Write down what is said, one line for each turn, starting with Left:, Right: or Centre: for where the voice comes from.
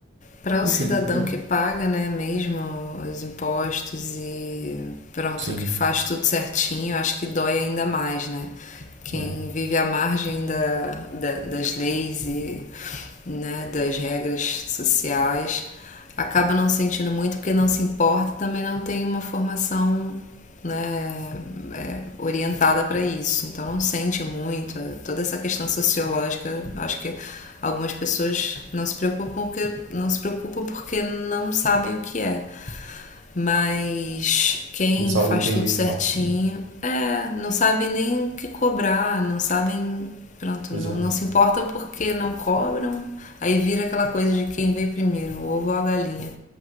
Left: Para o
Right: Enfim,
Left: cidadão
Right: é,
Left: que paga, né, mesmo os impostos e pronto,
Right: sim,
Left: que faz tudo certinho, acho que dói ainda mais, né? Quem
Right: é.
Left: vive à margem da, da, das leis e né, das regras sociais acaba não sentindo muito porque não se importa, também não tem uma formação né, é, orientada para isso, então não sente muito. Toda essa questão sociológica, acho que algumas pessoas não se preocupam porque não se preocupam porque não sabem o que é. Mas quem
Right: Não sabe
Left: faz
Right: entender
Left: tudo certinho,
Right: de fato. né?
Left: é, não sabe nem o que cobrar, não sabem, pronto,
Right: Exato,
Left: não, não se importam porque não cobram. Aí vira aquela coisa de quem veio primeiro, o ovo ou a galinha.